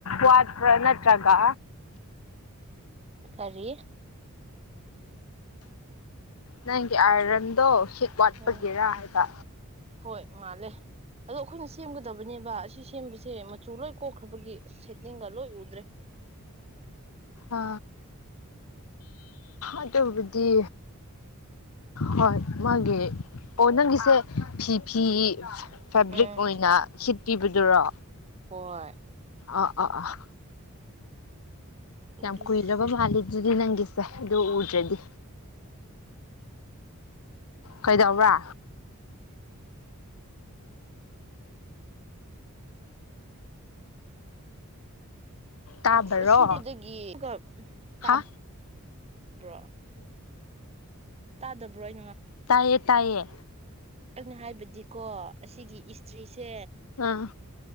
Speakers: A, on the left; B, on the right.
A: ꯋꯥꯠꯄ꯭ꯔꯥ ꯅꯠꯇ꯭ꯔꯒ
B: ꯀꯔꯤ꯫
A: ꯅꯪ ꯑꯥꯏꯔꯟꯗꯣ ꯍꯤꯠ ꯋꯥꯠꯄꯒꯤꯔ
B: ꯎꯝ
A: ꯍꯥꯏꯕ꯫
B: ꯍꯣꯏ ꯃꯥꯜꯂꯦ ꯑꯗꯣ ꯑꯩꯈꯣꯏꯅ ꯁꯦꯝꯒꯗꯕꯅꯦꯕ ꯑꯁꯤ ꯁꯦꯝꯕꯁꯦ ꯃꯆꯨ ꯂꯣꯏ ꯀꯣꯛꯈ꯭ꯔꯕꯒꯤ ꯁꯦꯠꯅꯤꯡꯒ ꯂꯣꯏ ꯎꯗ꯭ꯔꯦ꯫
A: ꯑ ꯑꯗꯨꯕꯨꯗꯤ ꯍꯣꯏ ꯃꯥꯒꯤ ꯑꯣ ꯅꯪꯒꯤꯁꯦ ꯐꯤ ꯐꯤ ꯐꯦꯕ꯭ꯔꯤꯛ
B: ꯎꯝ
A: ꯑꯣꯏꯅ ꯁꯤꯠ ꯄꯤꯕꯗꯨꯔꯣ꯫
B: ꯍꯣꯏ꯫
A: ꯑꯥ ꯑꯥ ꯑꯥ ꯌꯥꯝ
B: ꯒꯤꯁꯦ
A: ꯀꯨꯏꯂꯕ ꯃꯥꯂꯤꯗꯨꯗꯤ ꯅꯪꯒꯤ ꯁꯦ ꯑꯗꯨ ꯎꯗ꯭ꯔꯗꯤ ꯀꯩꯗꯧꯕ꯭ꯔꯥ꯫
B: <unintelligible>
A: ꯇꯥꯕꯔꯣ ꯍꯥ
B: ꯇꯥꯗꯕ꯭ꯔꯣ ꯏ꯫
A: ꯇꯥꯏꯌꯦ-ꯇꯥꯏꯌꯦ꯫
B: ꯑꯩꯅ ꯍꯥꯏꯕꯗꯤꯀꯣ ꯑꯁꯤꯒꯤ ꯏꯁꯇ꯭ꯔꯤꯁꯦ
A: ꯎꯝ